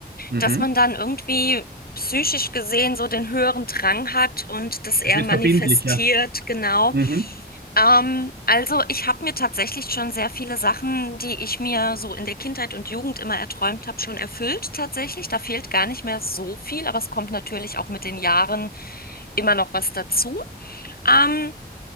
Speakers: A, on the right; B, on the left.
A: Mhm.
B: dass man dann irgendwie psychisch gesehen so den höheren Drang hat und das eher
A: Es wird
B: manifestiert,
A: verbindlicher.
B: genau.
A: Mhm.
B: Ähm, also ich habe mir tatsächlich schon sehr viele Sachen, die ich mir so in der Kindheit und Jugend immer erträumt habe, schon erfüllt tatsächlich. Da fehlt gar nicht mehr so viel, aber es kommt natürlich auch mit den Jahren immer noch was dazu. Ähm,